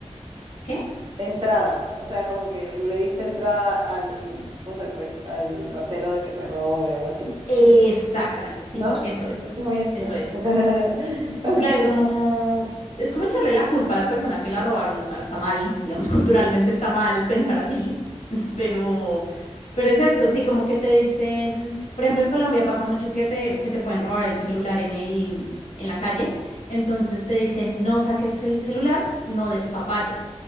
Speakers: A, on the left (about 75°); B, on the right (about 45°).
A: ¿Qué?
B: entrada, o sea, como que le diste entrada al, no sé, pues, al ratero de que te robe, algo así.
A: Exactamente, sí,
B: ¿No?
A: eso, eso,
B: Le diste, voy a entrar.
A: eso es.
B: <laughs> Ok,
A: Claro, como es como echarle la culpa a la persona que la robaron, o sea, está mal, digamos, <laughs> culturalmente está mal pensar así, <laughs> pero, pero es eso, sí, como que te dicen, por ejemplo, en Colombia pasa mucho que te, que te pueden robar el celular en el, en la calle, entonces te dicen, no saques el celular, no des papaya.